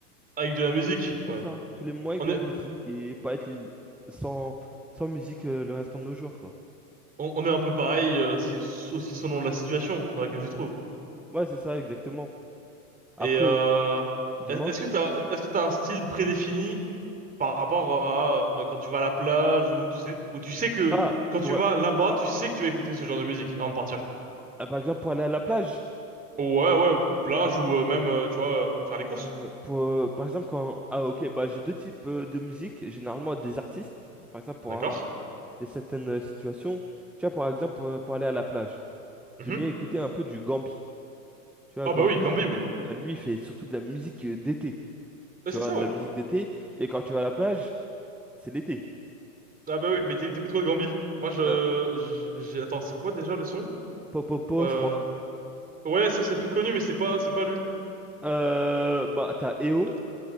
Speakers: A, on the right; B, in the centre.
A: Avec de la musique, ouais.
B: c'est ça, tous les moments avec
A: On
B: de
A: est,
B: la musique et pas être l- sans, sans musique euh, le restant de nos jours, quoi.
A: on, on est un peu pareil, euh, c'est aussi selon la situation dans laquelle tu te
B: Mm.
A: trouves.
B: Ouais, c'est ça, exactement. Après,
A: Et euh,
B: euh, dis-moi.
A: est- est-ce que t'as, est-ce que t'as un style prédéfini par rapport à euh, quand tu vas à la plage ou tu sais, ou tu sais que
B: Ah,
A: quand tu
B: pour-
A: vas là-bas, tu sais que tu vas écouter ce genre de musique avant de partir.
B: ah, par exemple, pour aller à la plage,
A: Ouais, ouais, plage ou euh, même, euh, tu vois, euh, faire les courses.
B: euh, pour, euh, par exemple, quand, ah, ok, bah, j'ai deux types euh, de musique, généralement des artistes, par exemple, pour
A: D'accord.
B: un- des certaines euh, situations. Tu vois, par exemple, pour, pour aller à la plage,
A: Mhm.
B: j'aime bien écouter un peu du Gambi. Tu vois,
A: Ah
B: Gambi,
A: bah oui, Gambi, oui.
B: Euh, Lui, il fait surtout de la musique euh, d'été. Tu
A: Euh, C'est
B: vois,
A: ça,
B: de
A: ouais.
B: la musique d'été. Et quand tu vas à la plage, c'est l'été.
A: Ah bah oui, mais t'é- t'écoutes quoi de Gambi? Moi, je,
B: Euh,
A: je- j'ai, attends, c'est quoi déjà le son?
B: Popopo,
A: Euh,
B: je crois.
A: ouais, ça c'est le plus connu, mais c'est pas, c'est pas lui.
B: Euh, bah, t'as EO,
A: Euh,